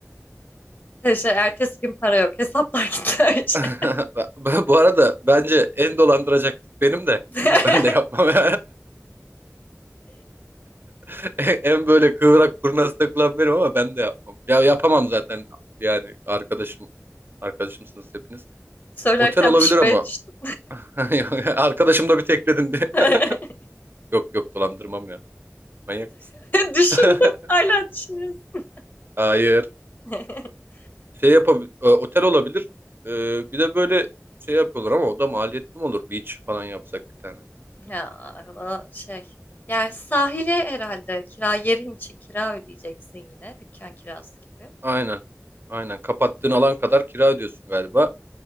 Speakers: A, on the left; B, on the right.
A: Şey, ertesi gün para yok. Hesaplar gitti her şey.
B: <laughs> Bu arada bence en dolandıracak benim de.
A: <laughs>
B: <laughs> Ben de yapmam. <laughs> <laughs> En böyle kıvrak kurnaz takılan benim ama ben de yapmam. Ya yapamam zaten yani arkadaşım arkadaşımsınız hepiniz.
A: Söylerken
B: Otel olabilir
A: bir şüpheye
B: ama
A: düştüm.
B: <laughs> yani arkadaşım da bir tekledin de.
A: <laughs>
B: <laughs> Yok yok dolandırmam ya. Manyak mısın?
A: Düşündüm.
B: <laughs>
A: Hala düşünüyorsun.
B: Hayır.
A: <laughs>
B: Şey yapabilir. Otel olabilir. Ee, bir de böyle şey yapıyorlar ama o da maliyetli mi olur? Beach falan yapsak bir tane.
A: Ya o şey. Yani sahile herhalde kira yerin için kira ödeyeceksin yine. Dükkan kirası gibi.
B: Aynen. Aynen. Kapattığın alan kadar kira ödüyorsun galiba.